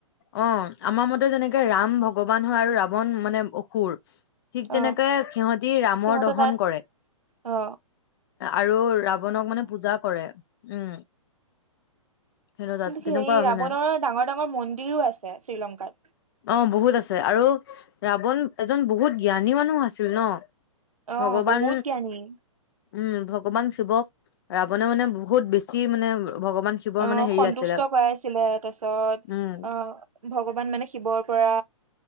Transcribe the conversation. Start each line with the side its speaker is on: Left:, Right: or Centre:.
Left: অ আমাৰ মতে, যেনেকে ৰাম ভগৱান হয় আৰু ৰাৱন মানে অসুৰ ঠিক তেনেকে
Right: অ
Left: সিহঁতি ৰামৰ
Right: সিহঁতে
Left: দৰ্শন
Right: তাত
Left: কৰে
Right: অ
Left: আৰু ৰাৱনক মানে পূজা কৰে, উম', সিহতৰ তাত
Right: হেৰি
Left: তেনেকুৱা
Right: ৰাৱণৰ
Left: মানে।
Right: ডাঙৰ ডাঙৰ মন্দিৰো আছে শ্ৰীলংকাত
Left: অ', বহুত আছে আৰু ৰাৱণ এজন বহুত জ্ঞানী মানুহ আছিল ন',।
Right: অহ',
Left: ভগৱান
Right: বহুত জ্ঞানী।
Left: উম', ভগৱান শিৱক ৰাৱণে মানে বহুত বেছি মানে ভগৱান শিৱৰ
Right: অহ',
Left: মানে হেৰি
Right: সন্তুষ্ট
Left: আছিলে
Right: কৰাইছিলে তাৰপিছত
Left: উম
Right: অহ', ভগৱান মানে শিৱৰ পৰা